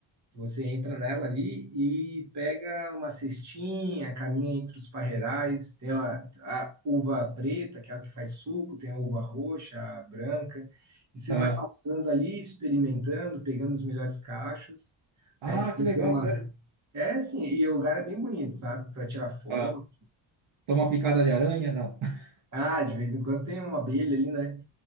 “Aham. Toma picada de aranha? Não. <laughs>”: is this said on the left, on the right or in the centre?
Right